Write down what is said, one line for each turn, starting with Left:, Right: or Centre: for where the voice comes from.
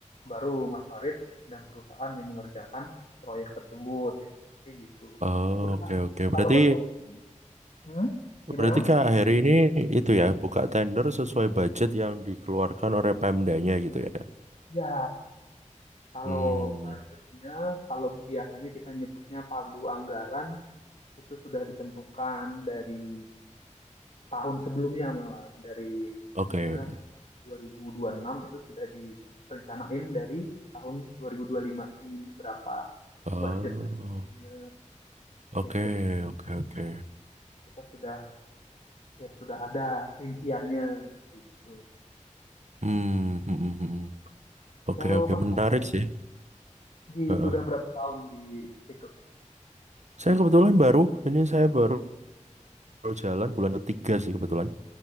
Left: baru Mas Farid dan perusahaan yang mengerjakan proyek tersebut. Ya, tapi gitu.
Right: Oh,
Left: Udah,
Right: oke oke.
Left: kalau
Right: Berarti
Left: Mas, Farid- hmm? Gimana
Right: berarti
Left: Mas?
Right: Kak Heri ini itu ya buka tender sesuai budget yang dikeluarkan oleh Pemdanya gitu ya.
Left: Ya, Kalau
Right: Hmm,
Left: budgetnya, kalau biasanya kita nyebutnya pagu anggaran, itu sudah ditentukan dari tahun sebelumnya malah. Dari
Right: oke.
Left: misalnya dua ribu dua ribu enam itu sudah direncanain dari tahun dua ribu dua ribu lima ini berapa
Right: Oh,
Left: budget pagunya.
Right: oke
Left: Jadi ketika
Right: oke oke.
Left: kita sudah ya sudah ada rinciannya gitu.
Right: Hmm, hmm, hmm, hmm. hmm. Oke
Left: Kalau
Right: oke
Left: Mas
Right: menarik
Left: Farid,
Right: sih.
Left: di
Right: Heeh.
Left: udah berapa tahun di situ?
Right: Saya kebetulan baru ini saya baru baru jalan bulan ketiga sih kebetulan.